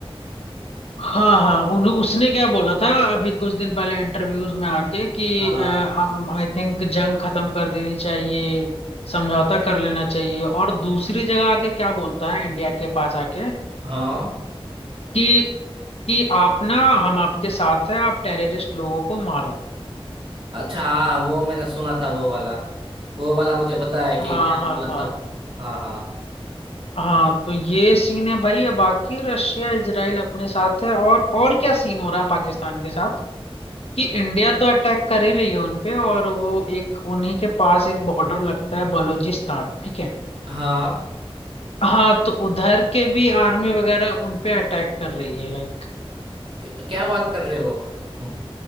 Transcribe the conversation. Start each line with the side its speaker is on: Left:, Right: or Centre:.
Left: हाँ हाँ उन, उसने क्या बोला था अभी कुछ दिन पहले इंटरव्यूज में आके कि
Right: हाँ
Left: आई थिंक जंग खत्म कर देनी चाहिए समझौता कर लेना चाहिए और दूसरी जगह आके क्या बोलता है इंडिया के पास आके
Right: हाँ
Left: कि कि आप ना हम आपके साथ है आप टेररिस्ट लोगों को मारो
Right: अच्छा हाँ वो मैंने सुना था वो वाला वो वाला मुझे पता है कि
Left: हाँ
Right: क्या
Left: हाँ
Right: बोला
Left: हाँ
Right: था वो हाँ हाँ
Left: हाँ तो ये सीन है भाई बाकी रशिया इजराइल अपने साथ है और और क्या सीन हो रहा है पाकिस्तान के साथ कि इंडिया तो अटैक कर ही रही है उन पे और वो एक उन्हीं के पास एक बॉर्डर लगता है बलूचिस्तान ठीक है
Right: हाँ
Left: हाँ तो उधर के भी आर्मी वगैरह उन पे अटैक कर रही है लाइक
Right: क्या बात कर रहे हो <laughs>